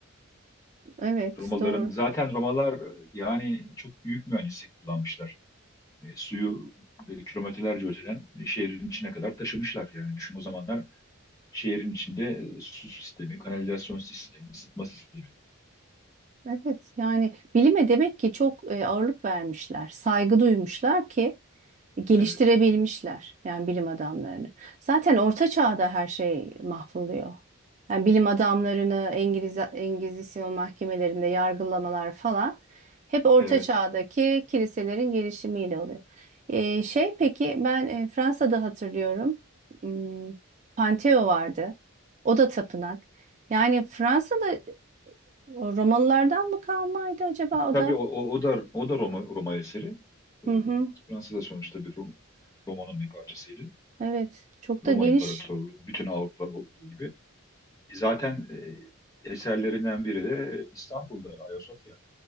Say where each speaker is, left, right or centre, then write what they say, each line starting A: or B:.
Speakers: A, on the right (about 35°); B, on the left (about 15°).
A: evet
B: Romalıların
A: doğru.
B: zaten Romalılar e, yani çok büyük mühendislik kullanmışlar. E, suyu e, kilometrelerce öteden e, şehrin içine kadar taşımışlar. Yani düşün o zamanlar şehrin içinde e, su sistemi, kanalizasyon sistemi, ısıtma sistemi.
A: Evet yani bilime demek ki çok e, ağırlık vermişler, saygı duymuşlar ki geliştirebilmişler
B: Evet,
A: yani bilim adamlarını. Zaten orta çağda her şey mahvoluyor. Yani bilim adamlarını Engiz Engizisyon mahkemelerinde yargılamalar falan hep orta
B: evet.
A: çağdaki kiliselerin gelişimiyle oluyor. E, şey peki ben e, Fransa'da hatırlıyorum hmm, Pantheon vardı. O da tapınak. Yani Fransa'da o Romalılardan mı kalmaydı acaba o
B: Tabii
A: da?
B: o, o, o da o da Roma, Roma eseri. E,
A: Hı hı.
B: Fransa da sonuçta bir Rom, Roma'nın bir parçasıydı.
A: Evet. Çok
B: Roma
A: da geniş.
B: İmparatorluğu, bütün Avrupa olduğu gibi. E, Zaten e, eserlerinden biri de İstanbul'da Ayasofya.